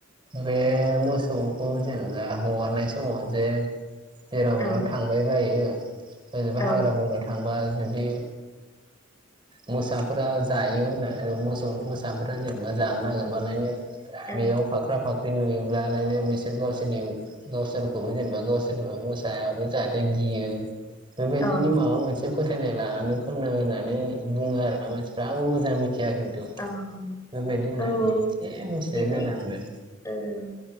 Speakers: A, on the right; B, on the left.
A: बे मोसौखौ जेनेबा हगारनाय समाव जे। जेराव मेनाव
B: औ
A: थांबाय बायो। <unintelligible> बैबा
B: औ
A: हाग्रा बंनो थांबाय। जुदि। मोसाफोरा जायो होनो मोसौ मोसाफोरा <unintelligible> जानो नागिरबालायनो।
B: औ
A: बेयाव फाख्रा फाख नुयोब्लालायनो बिसोर गावसोरनि गावसोरखौबो जेनेबा गावसोरखौ मोसायाबो जाहाथे गियो। बेबायदिनि
B: औ
A: माबा मोनसे। फोथायनाय लानानै खननो होनानै बुङो आरो ना मानसिफ्रा आंबो मोजां मि थिया खिन्थु बेबायदि
B: औ औ
A: होननानै
B: औ
A: एसे मिथिनाय
B: बेबाय
A: जादों आरो
B: औ